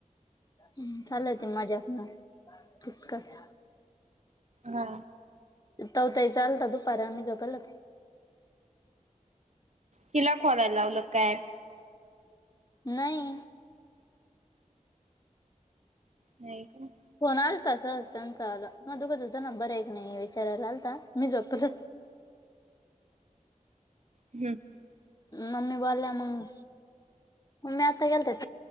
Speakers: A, on the left; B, on the right.
A: हम् चालंय ते मजाक न तितकच.
B: हा.
A: तवा ताईचा आलता दुपारी आम्ही झोपलो होतो.
B: तिला खोलायला लावलं काय.
A: नाही.
B: नाही का.
A: फोन आलता सहज त्यांच आला. मग अगोदर त्यांचा नंबर एक नाही विचारायला आलता मी झोपलोच. आवाज नाही जायचं <unintelligible>
B: हम्म.
A: मम्मी बोलल्या मग. मम्मी आता गेल्त्या.